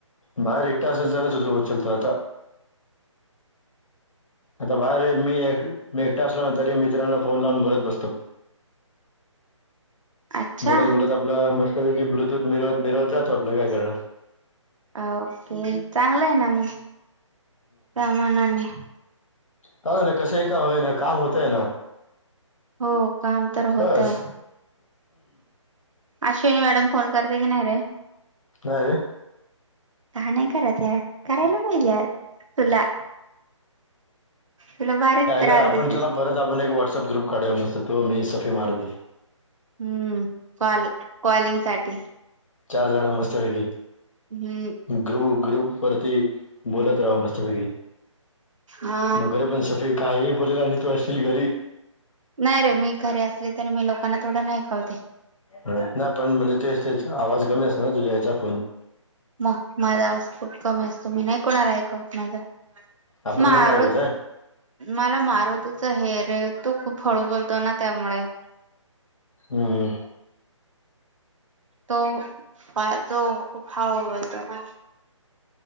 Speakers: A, on the left; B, on the right.
A: बाहेर एकटा असेल तरच उचलतो, चालतो आता आता बाहेर मी एक एकटा असलो ना तरी, मित्रांना फोन लावून बोलत बसतो.
B: अच्छा
A: बोलत, बोलत आपलं मस्त पैकी ब्लूतूथ मिरवत, मिरवत जातो आपलं काय करणार?
B: ओके,, चांगलं य ना मग,, त्या मानाने
A: का ना,, कसंही का होई ना काम होतय ना.
B: हो,, काम तर होतय.
A: बस
B: अश्विनी मॅडम फोन करते की नाही रे?
A: नाह रे,
B: का नाही करत यार,, करायला पाहिज यार, तुला,, तुला भारीच
A: काय
B: त्रास
A: करु,, आपण
B: देते
A: चला परत आपण एक व्हॉट्सअप ग्रुप काढूया मस्त तु मी सफे मारूती,
B: हम्म,, कॉल कॉलिंग साठी,
A: चार जण मस्त पैकी,,
B: हम्म
A: भ्रम. ग्रुप वरती बोलत राहू मस्तपैकी,,
B: हा
A: नको रे पण सगळे काही बोलेल, आणी तू आशिल घरी
B: नाही रे मी घरी असले तरी मी लोकांना थोडा नाही कळतंय
A: नाही, पण म्हणजे तेतच, आवाज कमी असत ना तुझ्या या्याचाऽऽ
B: मग,, माझा आ खूप कमी असतो मी नाही कुणाला ऐकवत माझा
A: आपण
B: मारु,
A: पण नाही ऐकत आहे
B: मला मारुतीचा हेर तो खूप हळू बोलतो ना त्यामुळे,,
A: हम्म,
B: तो, पा तो खूप हाळु बोलतो ना,,